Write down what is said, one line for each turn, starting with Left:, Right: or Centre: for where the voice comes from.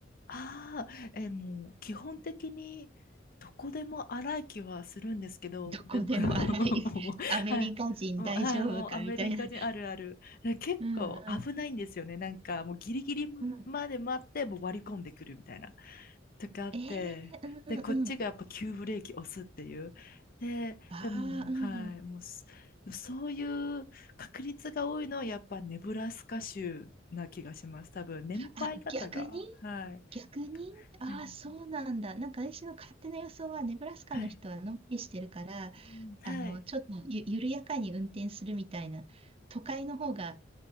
Left: ああ、えー、もう基本的にどこでも荒い気はするんですけど、
Right: どこでも荒い、
Left: でも <laughs> もう、
Right: <laughs>
Left: <laughs>
Right: アメリカ人大丈夫かみたいな。
Left: はい。もう、はい、もうアメリカ人あるある。結構危ないんですよね。
Right: うんうん。
Left: なんかもうギリギリまで待って、
Right: うん。
Left: もう割り込んでくるみたいな。とかあって、
Right: ええうんうん。
Left: で、こっちがやっぱ急ブレーキ押すっていう。で、
Right: ああ、
Left: でも、
Right: うん。
Left: はい、もうす、そういう確率が多いのはやっぱネブラスカ州な気がします。多分、年配方が、
Right: あ、逆に
Left: はい
Right: 逆にああー、
Left: はい
Right: そうなんだ。なんか私の勝手な予想は、ネブラスカの人はのんびりしてるから、
Left: はい。うん、はい。
Right: あの、ちょっとゆ、緩やかに運転するみたいな、都会の方が